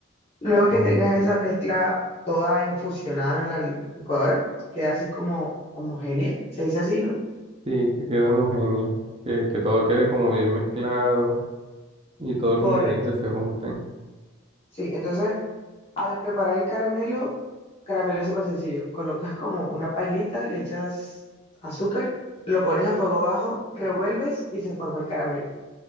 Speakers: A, on the left; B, on the right.
A: Luego que
B: Ok.
A: tengas esa mezcla toda infusionada en la licuadora, queda así como homogénea, se dice así, ¿no?
B: Sí, que quede homogéneo, que, que todo quede como bien mezclado y todos
A: Correcto.
B: los ingredientes se junten.
A: Sí, entonces al preparar el caramelo, caramelo es súper sencillo. Colocas como una pailita, le echas azúcar, lo pones a fuego bajo, revuelves y se forma el caramelo.